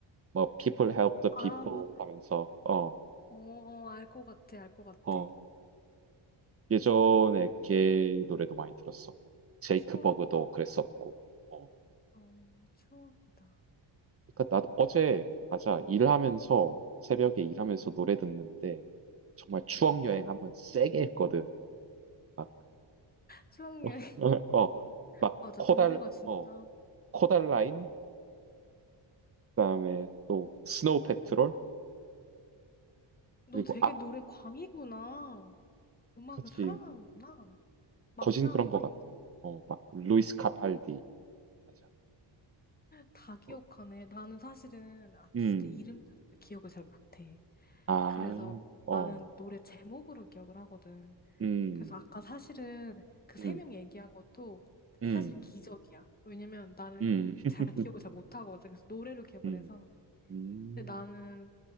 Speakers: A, on the right; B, on the left.
A: 뭐 people help the
B: 아,
A: people
B: 뭐,
A: 하면서 어,
B: 어, 어, 알 것 같아, 알 것 같아.
A: 어, 예전에 걔 노래도 많이 들었었고 제이크
B: 추억이다.
A: 버그도 그랬었고 어,
B: 어, 추억이다.
A: 그러니까 나도 어제 맞아 일하면서 새벽에 일하면서 노래 듣는데 정말 추억
B: 음.
A: 여행 한번 세게 했거든 막
B: 추억
A: <laughs>
B: 여행. <laughs>
A: 어, 막
B: 맞아,
A: 코달
B: 노래가 진짜.
A: 어 코달라인 그다음에 또 스노우 패트롤
B: 너
A: 그리고
B: 되게
A: 아
B: 노래 광이구나. 음악을
A: 그치
B: 사랑하는구나. 막
A: 거진
B: 나오네.
A: 그런 것 같아 어 막 루이스 카팔디 맞아
B: 다 기억하네.
A: 어,
B: 나는 사실은 아티스트
A: 음,
B: 이름들을 기억을 잘 못해.
A: 아,
B: 그래서
A: 어,
B: 나는 노래 제목으로 기억을 하거든.
A: 음,
B: 그래서 아까 음. 사실은 그
A: 음,
B: 세 명 얘기한 것도
A: 음.
B: 사실은 기적이야. 왜냐면 나는
A: 음, <laughs>
B: 잘 음. 기억을 잘 못하거든. 그래서 노래로 기억을
A: 음,
B: 해서.
A: 음,
B: 근데 나는